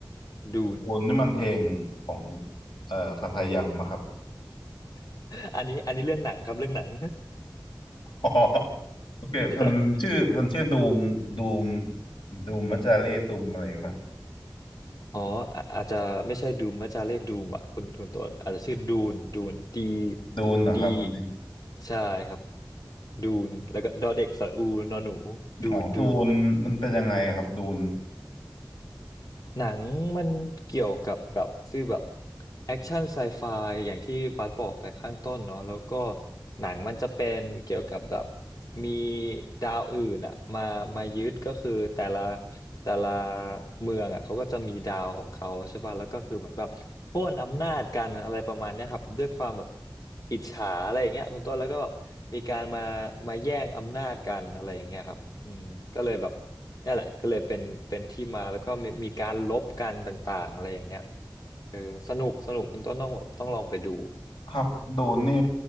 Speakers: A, on the left; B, on the left.
A: ดูน
B: คุณนี่มันเพลงของเอ่อทาทายังปะครับ
A: <laughs> อันนี้อันนี้เรื่องหนังครับเรื่องหนัง
B: อ๋อโอเคมันชื่อมันชื่อดูมดูม
A: <laughs>
B: ดูมมัจจาเรตุมอะไรป่ะ
A: อ๋ออาอาจจะไม่ใช่ดูมอาจจะเรียกดูมอ่ะคุณคุณต้นอาจจะชื่อดูนดูนดี
B: ดูนเหรอครับดิ
A: ดีใช่ครับดูนแล้วก็ดอเด็กสระอูนอหนูดูนดูน
B: อ๋อดูนมันเป็นยังไงครับดูน
A: หนังมันเกี่ยวกับแบบฟีลแบบแอคชั่นไซไฟอย่างที่บาสบอกไปข้างต้นเนาะแล้วก็หนังมันจะเป็นเกี่ยวกับแบบมีดาวอื่นอะมามายึดก็คือแต่ละแต่ละเมืองอะเขาก็จะมีดาวของเขาใช่ป่ะแล้วก็คือเหมือนแบบโค่นอำนาจกันอะไรประมาณเนี้ยครับด้วยความแบบอิจฉาอะไรอย่างเงี้ยคุณต้นแล้วก็แบบมีการมามาแย่งอำนาจกันอะไรอย่างเงี้ยครับอืมก็เลยแบบ นี่แหละก็เลยเป็นเป็นที่มาแล้วก็มีมีการลบกันต่างๆอะไรอย่างเงี้ยเออสนุกสนุกคุณต้นต้องแบบต้องลองไปดู
B: ครับดูนนี่